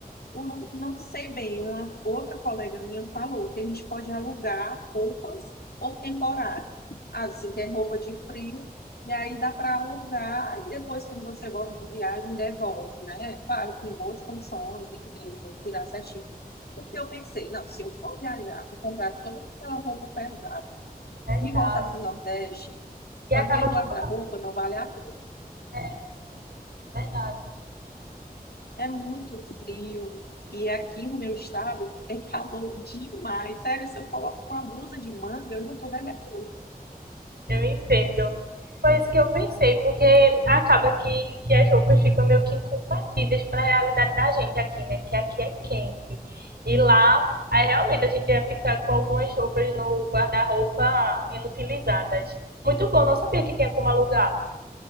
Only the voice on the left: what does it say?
Eu não, não sei bem, uma outra colega minha falou que a gente pode alugar roupas por temporada. Ah, assim, que é roupa de frio, e aí dá para alugar, e depois, quando você volta de viagem, devolve, né? Claro, que em boas condições, tem que ter todo cuidado certinho. Porque eu pensei, não, se eu for viajar e comprar toda aquela roupa pesada
e voltar para o Nordeste, com
aquele guarda-roupa,
não vale a
É muito frio. E aqui no meu estado é calor demais. Sério, se eu coloco uma blusa de manga, eu já tô derretendo.